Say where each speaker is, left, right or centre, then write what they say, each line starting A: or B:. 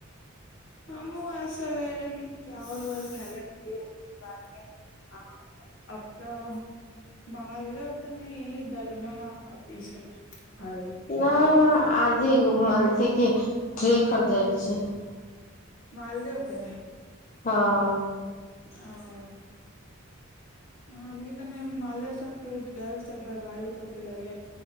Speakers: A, on the left; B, on the left.
A: हमहूँ आइ सबेरे मे चावल उबल खैले रहियै बाद मे हँ आब तऽ महालदेव तऽ नहि दलमा आब ई सब खाएब
B: नइ आज एगो मानलहि की ट्रे खरीदैल छै
A: मालदेव के
B: हँ
A: ओ हमनि कनि मालेदेव सब टूटि गेल सब वेपारी तोड़िक लगलक